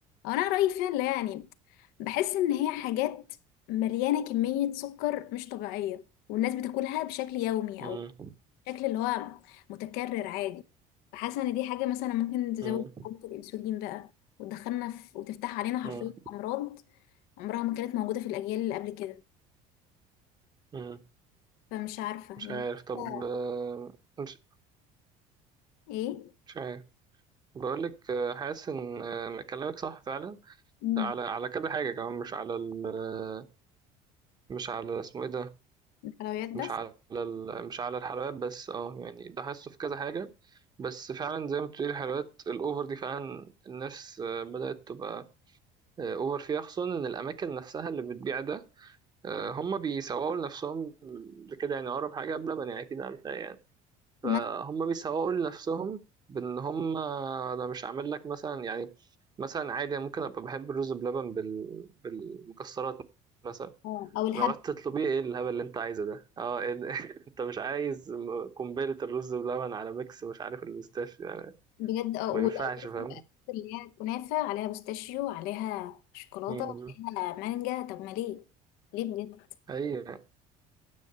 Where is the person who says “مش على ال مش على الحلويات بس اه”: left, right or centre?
Right